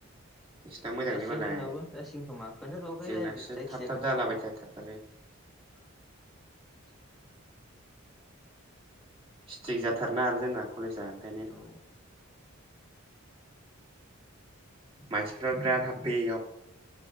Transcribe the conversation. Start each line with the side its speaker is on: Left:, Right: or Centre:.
Right: नोंसिना मोजांलै
Centre: जासिगोन
Right: मालाय
Centre: जोंनाबो जासिगोन खोमा खोनथाथ'आखै
Right: जोंनासो
Centre: आरोखि जायखिजाया
Right: थाब थाब
Centre: खोन्थाथ'आखै।
Right: जालाबायथाथारो <inaudible> स्ट्रिक जाथारोना आरो जोंना कलेजआ ओंखायनो
Centre: औ
Right: मानसिफ्रा बिराद हाबफैयो बेयाव